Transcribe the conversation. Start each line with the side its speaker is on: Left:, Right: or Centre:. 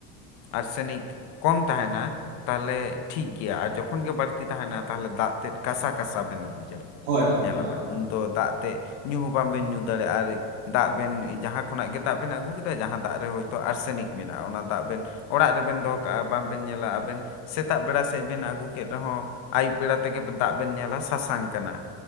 Left: ᱟᱨᱥᱮᱱᱤᱠᱼᱼ ᱠᱚᱢ ᱛᱟᱦᱮᱸᱱᱟ ᱾ ᱛᱟᱦᱚᱞᱮ ᱴᱷᱤᱠ ᱜᱮᱭᱟ, ᱟᱨ ᱡᱚᱠᱷᱚᱱ ᱜᱮ ᱵᱟᱹᱲᱛᱤ ᱛᱟᱸᱦᱮᱱᱟ ᱛᱟᱦᱞᱮ ᱫᱟᱜ ᱛᱮᱫ ᱠᱟᱥᱟ ᱠᱟᱥᱟ ᱵᱤᱱ ᱵᱩᱡᱟ
Right: ᱦᱳᱭ
Left: ᱾
Right: ᱦᱳᱭ
Left: ᱧᱮᱞᱟᱵᱮᱱ
Right: ᱦᱳᱭ
Left: ᱩᱱᱫᱚ ᱫᱟᱜ ᱛᱮ ᱧᱩ ᱦᱚᱸ ᱵᱟᱝᱵᱮᱱ ᱧᱩ ᱫᱟᱲᱮᱭᱟᱜᱼᱟ ᱟᱨ ᱫᱟᱜ ᱵᱮᱱᱼᱼ ᱡᱟᱦᱟᱸ ᱠᱷᱚᱱᱟᱜ ᱜᱮ ᱫᱟᱜ ᱵᱮᱱ ᱟᱹᱜᱩ ᱠᱮᱫᱟ ᱡᱟᱦᱟᱸ ᱫᱟᱜ ᱨᱮ ᱦᱳᱭ ᱛᱚ ᱟᱨᱥᱮᱱᱤᱠ ᱢᱮᱱᱟᱜᱼᱟ ᱚᱱᱟ ᱫᱟᱜ ᱵᱮᱱᱼᱼ ᱚᱲᱟᱜ ᱨᱮᱵᱮᱱ ᱫᱚᱦᱚ ᱠᱟᱜᱼᱟ, ᱵᱟᱝᱵᱮᱱ ᱧᱮᱞᱟ ᱟᱵᱮᱱᱼᱼ ᱥᱮᱛᱟᱜ ᱵᱮᱲᱟ ᱥᱮᱫ ᱵᱮᱱ ᱟᱹᱜᱩ ᱠᱮᱫ ᱨᱮᱦᱚᱸ, ᱟᱹᱭᱩᱵ ᱵᱮᱲᱟ ᱛᱮᱜᱮ ᱫᱟᱜ ᱵᱮᱱ ᱧᱮᱞᱟ ᱥᱟᱥᱟᱝ ᱠᱟᱱᱟ ᱾